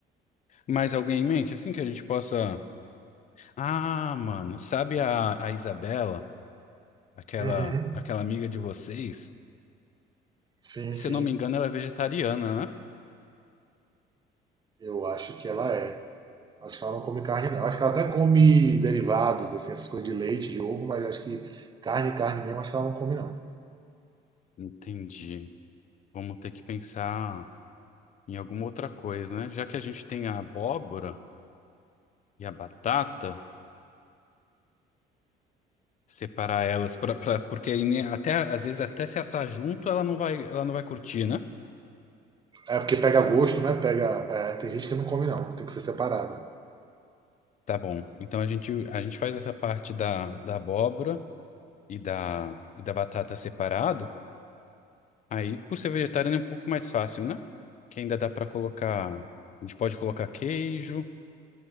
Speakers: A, on the left; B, on the right.
A: Mais alguém em mente? Assim que a gente possa. Ah, mano, sabe a, a Isabela, aquela,
B: Uhum.
A: aquela amiga de vocês?
B: Sim,
A: Se
B: sim.
A: eu não me engano, ela é vegetariana, né?
B: Eu acho que ela é. Acho que ela não come carne, não. Acho que ela até come derivados, assim, essas coisas de leite, de ovo, mas acho que carne, carne mesmo, acho que ela não come, não.
A: Entendi. Vamos ter que pensar em alguma outra coisa, né? Já que a gente tem a abóbora e a batata. Separar elas pra, pra, porque aí, né, até às vezes até se assar junto ela não vai ela não vai curtir, né?
B: É porque pega gosto, né? Pega. é, tem gente que não come, não. Tem que ser separada.
A: Tá bom. Então a gente a gente faz essa parte da, da abóbora e da e da batata separado. Aí por ser vegetariano é um pouco mais fácil, né? Que ainda dá pra colocar, a gente pode colocar queijo,